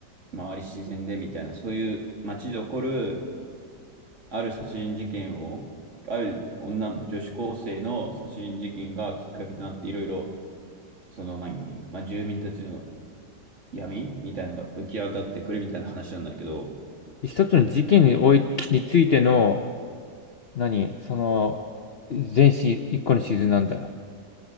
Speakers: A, on the right (about 45°); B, on the left (about 50°).
A: 周り自然でみたいな、そういう街で起こる、ある殺人事件を、ある女、女子高生の殺人事件がきっかけとなって、いろいろ、その何、まあ、住民たちの闇みたいなのが浮き上がってくるみたいな話なんだけど、
B: 一つの事件におい、についての、何その、全し、一個のシーズンなんだ。